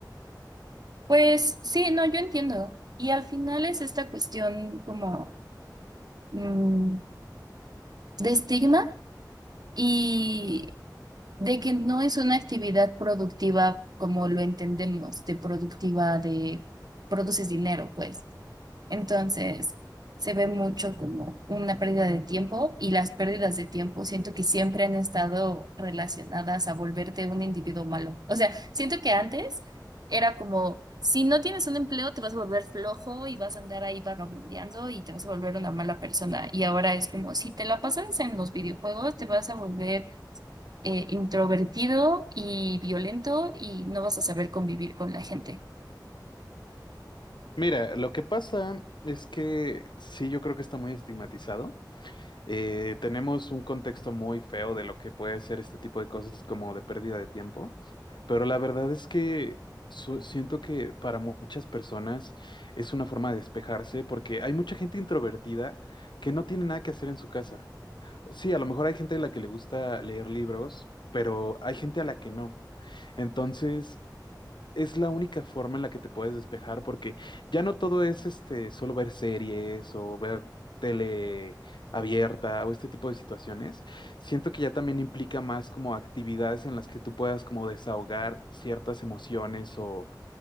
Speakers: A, on the right (about 60°); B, on the left (about 80°).
A: Pues sí, no, yo entiendo. Y al final es esta cuestión como mm, de estigma. Y de que no es una actividad productiva como lo entendemos, de productiva de produces dinero, pues. Entonces, se ve mucho como una pérdida de tiempo y las pérdidas de tiempo siento que siempre han estado relacionadas a volverte un individuo malo. O sea, siento que antes era como, si no tienes un empleo, te vas a volver flojo y vas a andar ahí vagabundeando y te vas a volver una mala persona. Y ahora es como, si te la pasas en los videojuegos, te vas a volver eh, introvertido y violento y no vas a saber convivir con la gente.
B: Mira, lo que pasa es que sí, yo creo que está muy estigmatizado. Eh, tenemos un contexto muy feo de lo que puede ser este tipo de cosas como de pérdida de tiempo. Pero la verdad es que su- siento que para muchas personas es una forma de despejarse porque hay mucha gente introvertida que no tiene nada que hacer en su casa. Sí, a lo mejor hay gente a la que le gusta leer libros, pero hay gente a la que no. Entonces, es la única forma en la que te puedes despejar porque ya no todo es este solo ver series o ver tele abierta o este tipo de situaciones. Siento que ya también implica más como actividades en las que tú puedas como desahogar ciertas emociones o